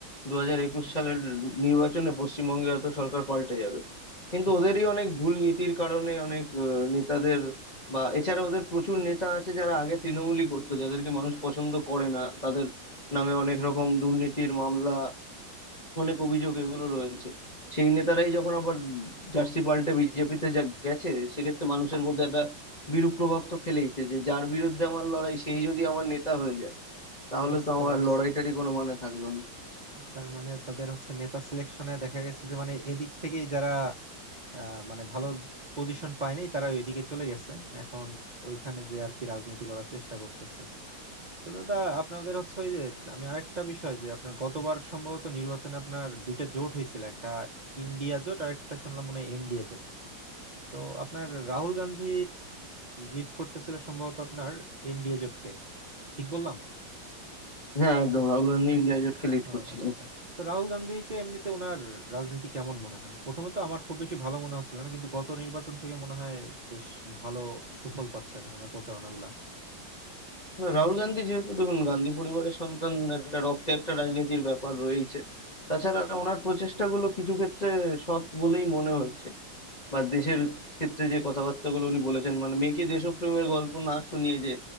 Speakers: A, on the left; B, on the right.
A: দু হাজার একুশ সালের নির্বাচনে পশ্চিমবঙ্গের হয়তো সরকার পাল্টে যাবে কিন্তু
B: আচ্ছা
A: ওদেরই অনেক ভুল নীতির কারণে অনেক আহ, নেতাদের বা এছাড়া ওদের প্রচুর নেতা আছে যারা আগে তৃণমূলই করতো যাদেরকে মানুষ পছন্দ করে না তাদের নামে অনেক রকম দুর্নীতির মামলা অনেক অভিযোগ এগুলো রয়েছে সেই নেতারাই যখন আবার জার্সি পাল্টে বিজেপিতে যা গেছে সেক্ষেত্রে মানুষের মধ্যে একটা বিরূপ প্রভাব তো ফেলেইছে যে যার বিরুদ্ধে আমার লড়াই সেই যদি আমার নেতা হয়ে যায় তাহলে
B: বুঝতে
A: তো আমার
B: পারছি
A: লড়াইটারই কোনো মানে থাকলো না
B: তার মানে তাদের হচ্ছে নেতা সিলেকশনে দেখা গেছে যে মানে এদিক থেকেই যারা আহ, মানে ভালো পজিশন পায়নি তারা ওইদিকে চলে গেছে এখন ওইখানে যে আর কি রাজনীতি করার চেষ্টা করতেছে তো দাদা আপনাদের হচ্ছে ওই যে আমি আরেকটা বিষয় যে আপনার গতবার সম্ভবত নির্বাচনে আপনার দুইটা জোট হয়েছিল একটা ইন্ডিয়া জোট আর একটা শুনলাম মনে হয় এনডিএ জোট তো আপনার রাহুল গান্ধী লিড করতেছিল সম্ভবত আপনার এনডিএ জোটকে ঠিক বললাম
A: হ্যাঁ একদম রাহুল গান্ধী ইন্ডিয়া জোটকে লিড
B: ও
A: করছিলেন
B: আচ্ছা আচ্ছা তো রাহুল গান্ধীকে এমনিতে ওনার রাজনীতি কেমন মনে হয় প্রথমে তো আমার খুব বেশি ভালো মনে হচ্ছিল না কিন্তু গত নির্বাচন থেকে মনে হয় বেশ ভালো সুফল পাচ্ছে ওনার প্রচারণাগুলা
A: না, রাহুল গান্ধী যেহেতু দেখুন গান্ধী পরিবারের সন্তান একটা রক্তে একটা রাজনীতির ব্যাপার রয়েছে তাছাড়া ওনার প্রচেষ্টাগুলো কিছু ক্ষেত্রে সৎ বলেই মনে হচ্ছে বা দেশের ক্ষেত্রে যে কথাবার্তাগুলো উনি বলেছেন মানে মেয়েকে দেশপ্রেমের গল্প না শুনিয়ে যে